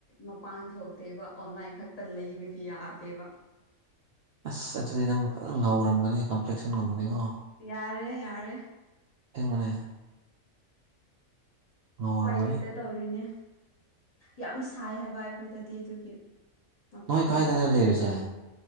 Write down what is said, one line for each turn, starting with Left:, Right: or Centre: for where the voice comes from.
Left: ꯃꯄꯥꯟ ꯊꯣꯛꯇꯦꯕ ꯑꯣꯟꯂꯥꯏꯟ ꯈꯛꯇ ꯂꯩꯕꯗꯤ ꯌꯥꯗꯦꯕ <inaudible>
Right: ꯑꯁ ꯑꯗꯨꯗꯤ ꯅꯪ ꯉꯧꯔꯝꯒꯅꯤ ꯀꯝꯄ꯭ꯂꯦꯛꯁꯟꯒꯨꯝꯕꯗꯤꯀꯣ
Left: ꯌꯥꯔꯦ ꯌꯥꯔꯦ
Right: ꯑꯁꯦꯡꯕꯅꯦ ꯉꯧꯔꯝꯒꯅꯤ
Left: ꯎꯄꯥꯏ ꯂꯩꯇ ꯇꯧꯔꯤꯅꯦ ꯌꯥꯝ ꯁꯥꯏ ꯍꯥꯏꯕ ꯑꯩꯈꯣꯏꯗꯗꯤ ꯑꯗꯨꯒꯤ ꯃꯄꯥꯟ
Right: ꯅꯣꯏ
Left: ꯊꯣꯛꯄ
Right: ꯀꯥꯏꯗꯅꯦ
Left: ꯉꯝꯗꯦꯕ
Right: ꯂꯩꯔꯤꯁꯦ